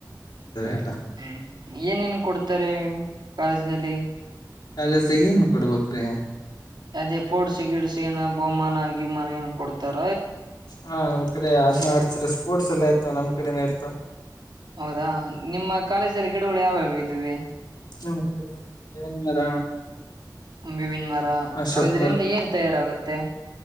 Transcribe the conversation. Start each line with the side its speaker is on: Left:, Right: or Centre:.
Left: ಎಲ್ಲಾ
Right: ಹ್ಮ್ ಏನೇನು ಕೊಡ್ತಾರೆ ಕಾಲೇಜಿನಲ್ಲಿ
Left: ಕಾಲೇಜ್ದಗ ಏನ್ ಕೊಡ್ಬೇಕ್ರಿ
Right: ಅದೇ ಫೋರ್ಡ್ಸ್ ಗಿಡಸ ಏನೋ ಬಹುಮಾನ ಅಗಿಮನ ಏನು ಕೊಡತ್ತಾರ್
Left: ಹಾ ನಮ್ ಕಡೆ ಅದ್ನ ಆಡ್ಸ್ರ ಸ್ಪೋರ್ಟ್ಸ್ ಎಲ್ಲ ಆಯ್ತಾ ನಮ್ ಕಡೆ ನೆರ್ತ
Right: ಹೌದಾ ನಿಮ್ಮ ಕಾಲೇಜಲ್ಲಿ ಗಿಡಗಳು ಯಾವ್ಯಾವ ವಿದವಿ
Left: ನಮ್ ಕಡೆ ಬೇವಿನ ಮರ
Right: ಬೇವಿನ್ ಮರ
Left: ಅಶೋಕ್
Right: ಅದ್ರಿಂದ ಏನ್ ತಯಾರಾಗುತ್ತೆ